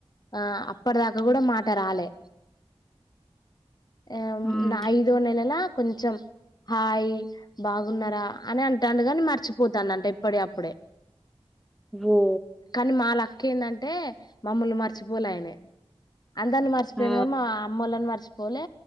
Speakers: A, on the left; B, in the centre.
A: ఆ అప్పటి దాకా కూడా మాట రాలే ఆ
B: ఉమ్
A: ఐదో నెలలా కొంచెం హాయ్ బాగున్నారా అని అంట అండగాని మర్చిపోతాన అంట ఇప్పుడే అప్పుడే అ
B: ఓ
A: కానీ మా అక్క ఏందంటే మమ్మలు మర్చిపోలే ఆయనే అందరిని మర్చపోయిను
B: ఆ
A: కానీ మా అమ్మలని మర్చపోలే